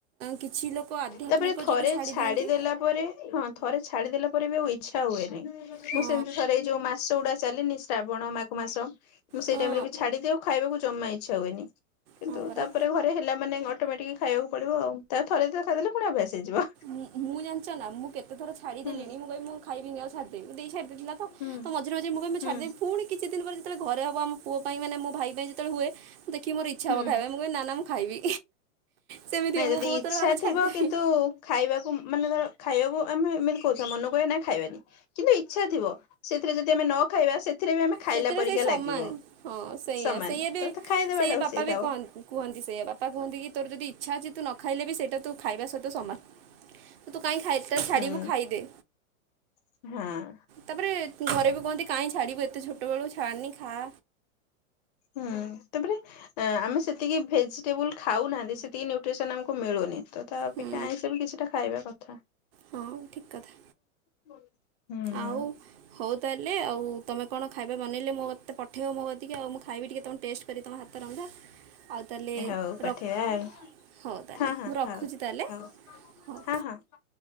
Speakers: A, on the right; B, on the left.
A: କିଛି ଲୋକ ଆଧ୍ୟାତ୍ମିକ
B: ତାପରେ ଥରେ
A: ଯୋଗୁଁ ଛାଡ଼ି
B: ଛାଡିଦେଲା
A: ଦିଅନ୍ତି
B: ପରେ ହଁ ଥରେ ଛାଡିଦେଲା ପରେ ବି ଆଉ ଇଛ ଛା ହୁଏନି। ମୁଁ
A: ହଁ।
B: ସେମିତି ଥରେ ଏଇ ଯୋଉ ମାସ ଗୁଡା ଚାଲେନି ଶ୍ରାବଣ ମାଘ ମାସ ମୁଁ
A: ହଁ
B: ସେଇ ଟାଇମ ରେ ବି ଛାଡିଦିଏ ଆଉ ଖାଇବାକୁ ଜମା ଇଚ୍ଛା ହୁଏନି। କିନ୍ତୁ
A: ହଁ ପରା।
B: ତାପରେ ଘରେ ହେଲା ମାନେ ଅଟୋମେଟିକ ଖାଇବାକୁ ପଡିବ ଆଉ ତା ଥରେ ଦିଥର ଖାଇଦେଲେ ପୁଣି ଅଭ୍ୟାସ ହେଇଯିବ।
A: ମୁଁ ମୁଁ ଜାଣିଛ ନା ମୁଁ କେତେଥର ଛାଡିଦେଲିଣି।
B: ହୁଁ
A: ମୁଁ କହିବି ମୁଁ ଖାଇବିନି ଆଉ ଛାଡ଼ିଦେବି ମୋ ଦେଇ ଛାଡ଼ିଦେଇଥିଲା ତ
B: ହୁଁ
A: ମଝିରେ ମଝିରେ ମୁଁ କହିବି ମୁଁ
B: ହୁଁ
A: ଛାଡ଼ିଦେବି ପୁଣି କିଛି ଦିନ ପରେ ଯେତେବେଳେ ଘରେ ହବ ଆମ ପୁଅ ପାଇଁ ମାନେ ମୋ ଭାଇ ପାଇଁ ଯେତେବେଳେ ହୁଏ ଦେଖି ମୋର ଇଚ୍ଛା
B: ହୁଁ
A: ହବ ଖାଇବା ମୁଁ କହିବି ନା ନା ମୁଁ ଖାଇବି। ସେମିତି
B: ନାଇଁ
A: ହୁଏ
B: ଯଦି
A: ମୁଁ ବହୁତ
B: ଇଛା
A: ଥର ଭାବେ
B: ଥିବ
A: ଛାଡ଼ିଦେବି
B: କିନ୍ତୁ ଖାଇବାକୁ ମାନେ ଧର ଖାଇବାକୁ ଆମେ ଏମିତି କହୁଥିବା ମନ କହିବେ ନାଇ ଖାଇବାନି। କିନ୍ତୁ ଇଚ୍ଛା ଥିବ ସେଥିରେ ଯଦି ଆମେ ନ ଖାଇବା ସେ ଥିରେ ବି ଆମେ ଖାଇଲା
A: ସେଥିରେ
B: ପରିକା
A: ସେଇ
B: ଲାଗିବ
A: ସମାନ ହଁ ସେଇଆ
B: ସମାନ
A: ସେଇଆ ବି
B: ତତ ଖାଇଦବାଟା
A: ସେଇଆ ବାପା
B: ଉଚିତ୍
A: ବି
B: ହବ।
A: କହନ୍ତି କୁହନ୍ତି ସେଇଆ ବାପା କୁହନ୍ତି କି ତୋର ଯଦି ଇଚ୍ଛା ଅଛି ତୁ ନ ଖାଇଲେ ବି ସେଇଟା ତୁ ଖାଇବା ସହିତ ସମାନ। ତ ତୁ କାହିଁ ଖାଲିଟାରେ ଛାଡିବୁ
B: ହୁଁ
A: ଖାଇଦେ।
B: ହଁ।
A: ତାପରେ ଘରେ ବି କହନ୍ତି କାହିଁ ଛାଡିବୁ ଏତେ ଛୋଟ ବେଳୁ ଛାଡ଼ନି ଖା।
B: ହୁଁ ତାପରେ ଏଁ, ଆମେ ସେତିକି ଭେଜିଟେବୁଲ୍ ଖାଉନାହାନ୍ତି ସେତିକି ନ୍ୟୁଟ୍ରିସନ୍ ଆମକୁ ମିଳୁନି। ତ ତା ଅପେକ୍ଷା
A: ହୁଁ।
B: ଆଇଁଷ ବି କିଛିଟା ଖାଇବା କଥା।
A: ହଁ ଠିକ୍ କଥା
B: ହୁଁ।
A: ଆଉ ହଉ ତାହେଲେ ଆଉ ତୋମେ କଣ ଖାଇବେ ବନେଇଲେ ମୋତେ ପଠେଇବ ମୋ କତିକି ଆଉ, ମୁଁ ଖାଇବି ଟିକେ ତୋମ ଟେଷ୍ଟ କରିିବି, ତୋମ ହାତ ରନ୍ଧା। ଆଉ ତାହଲେ
B: ହଉ ପଠେଇବା
A: ର ହଉ
B: ଆଉ
A: ତାହେଲେ
B: ହଁ
A: ମୁଁ ରଖୁଛି
B: ହଁ
A: ତାହେଲେ
B: ହଉ
A: ହଉ
B: ହଁ ହଁ